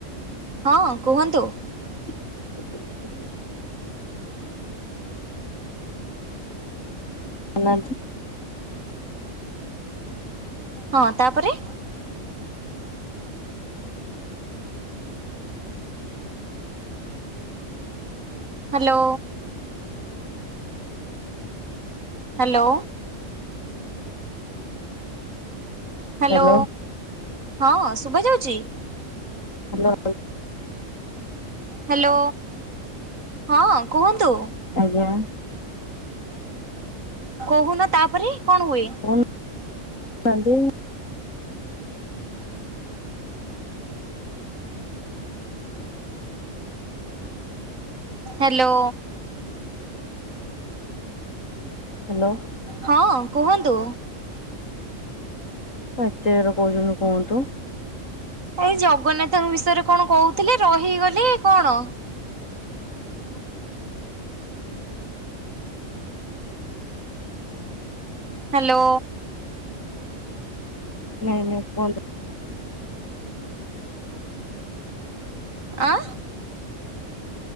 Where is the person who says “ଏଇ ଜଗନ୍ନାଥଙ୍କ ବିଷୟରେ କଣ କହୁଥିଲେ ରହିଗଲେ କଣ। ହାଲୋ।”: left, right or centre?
Right